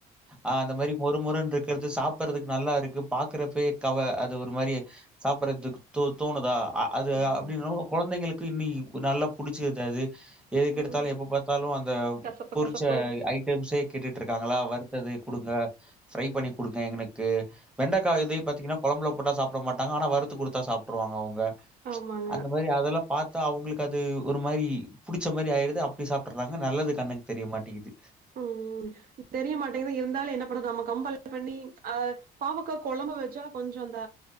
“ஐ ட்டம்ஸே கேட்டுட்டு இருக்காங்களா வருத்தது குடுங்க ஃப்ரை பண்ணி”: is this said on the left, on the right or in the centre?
Centre